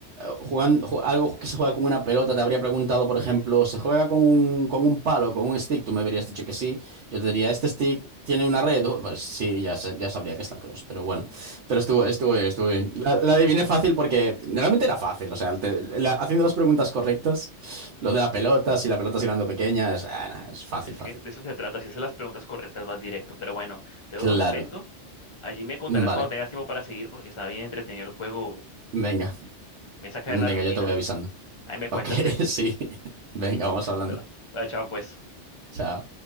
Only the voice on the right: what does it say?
jugando, algo que se juega con una pelota, te habría preguntado, por ejemplo, ¿se juega con un, con un palo, con un stick? Tú me habrías dicho que sí. Yo te diría, ¿este stick tiene una red? Oh, Pues sí, ya, sa- ya sabría que es la cross, pero bueno. Pero estuvo, estuvo bien, estuvo bien. La, la adiviné fácil porque realmente era fácil. O sea, te- la- haciendo las preguntas correctas, lo de la pelota, si la pelota es grande o pequeña, es, ah, nah, es fácil,
fácil.
Claro.
Vale.
Venga,
venga,
yo te voy avisando.
Ok, <laughs>
sí. Venga, vamos hablando.
Chao.